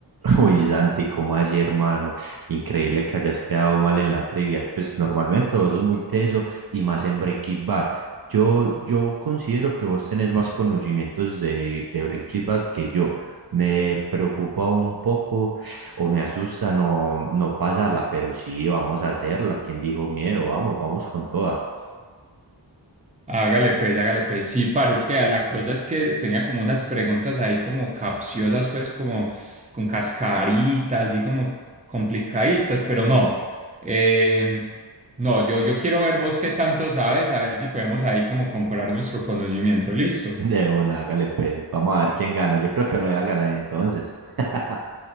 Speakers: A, on the right; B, on the right.
A: Uy, Santi, ¿cómo así, hermano? Increíble que hayas quedado mal en la trivia. Pues normalmente vos sos muy teso y más en Breaking Bad. Yo, yo considero que vos tenés más conocimientos de, de Breaking Bad que yo. Me preocupa un poco o me asusta no, no pasarla, pero sí, vamos a hacerla. ¿Quién dijo miedo? Vamos, vamos con toda. <laughs>
B: Hágale pues, hágale pues. Sí, parece que a la cosa es que tenía como unas preguntas ahí como capciosas, pues como con cascaritas y como complicaditas, pero no. Eh, no, yo, yo quiero ver vos qué tanto sabes, a ver si podemos ahí como comparar nuestro conocimiento. Listo.
A: De una, hágale pues. Vamos a ver quién gana. Yo creo que lo voy a ganar entonces. <laughs>